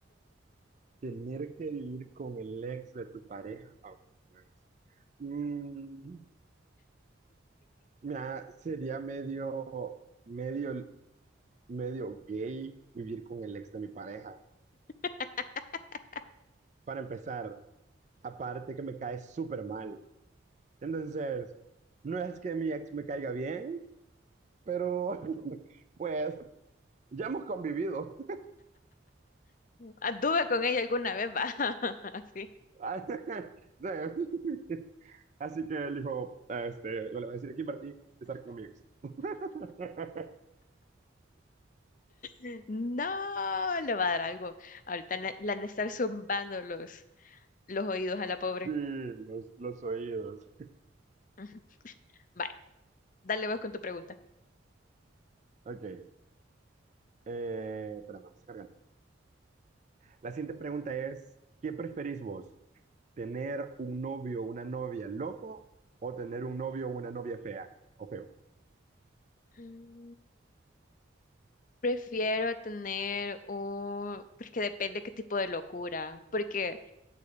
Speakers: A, on the right; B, on the left.
A: Tener que vivir con el ex de tu pareja o con tu ex. Mm, mira, sería medio, medio, medio gay vivir con el ex de mi pareja.
B: <laughs>
A: Para empezar, aparte que me cae súper mal. Entonces, no es que mi ex me caiga bien, pero <laughs> pues ya hemos convivido.
B: Anduve con ella alguna vez, va. <laughs> Así.
A: Ah, <laughs> Sí. Así que él dijo, este, no le voy a decir a Kimberly de estar con mi ex. <laughs>
B: No, le va a dar algo. Ahorita le le han de estar zumbando los, los oídos a la pobre.
A: Sí, los, los oídos.
B: Ujú. Vale, dale vos con tu pregunta.
A: Ok, eh, espérame, me está cargando. La siguiente pregunta es, ¿qué preferís vos? ¿Tener un novio o una novia loco o tener un novio o una novia fea o feo?
B: Mm, Prefiero tener un... Porque depende qué tipo de locura. Porque